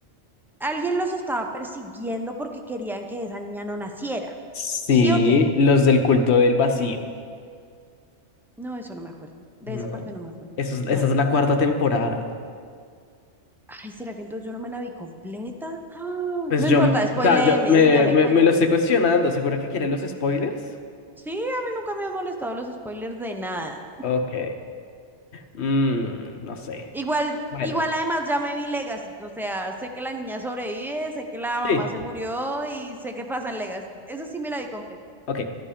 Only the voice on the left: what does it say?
Sí,
los del culto del vacío,
¿no?
Eso es- esa
es la cuarta temporada.
Pues
yo,
o sea, yo me,
me,
me lo estoy cuestionando. ¿Segura que quieren los spoilers?
Ok. Mm, no sé.
Bueno,
sí,
ok.